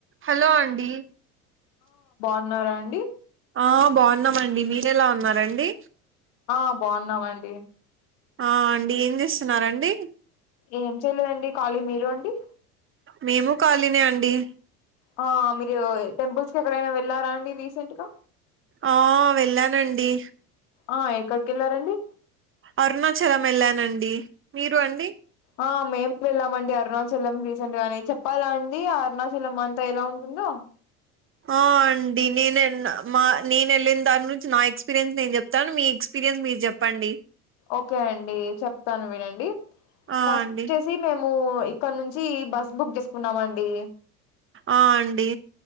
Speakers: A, on the right; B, on the left.
A: హలో అండి
B: ఉన్నారా అండి
A: ఆ బాగున్నామండి మీర ఎలా ఉన్నారండి
B: ఆ బాగున్నామండి
A: ఆ అండి ఏం చేస్తున్నారండి
B: ఏం చేయలేదండి కాలీ మీరు అండి
A: మేము కాలినే అండి
B: ఆ మీరు టెంపుల్స్ కి ఎక్కడైనా వెళ్ళారా అండి రీసెంట్ గా
A: ఆ వెళ్ళానండి
B: ఆ ఎక్కడికి వెళ్ళారండి
A: అరుణాచలం వెళ్లానండి మీరు అండి
B: ఆ మేము వెళ్ళామండి అరుణాచలం రీసెంట్ గానే చెప్పాలా అండి అరుణాచలం అంతా ఎలా ఉంటుందో
A: ఆ అండి నేను మా నేను వెళ్ళిన దాని నుంచి నా ఎక్స్పీరియన్స్ నేను చెప్తాను మీ ఎక్స్పీరి ఎక్స్పర్రియన్స్ మీరు చెప్పండి
B: ఓకే అండి చెప్తాను వినండి
A: ఆ
B: ఫస్ట్
A: అండి
B: వచ్చేసి మేము ఇక్కడ నుంచి బస్ బుక్ చేసుకున్నామ అండి
A: ఆ అండి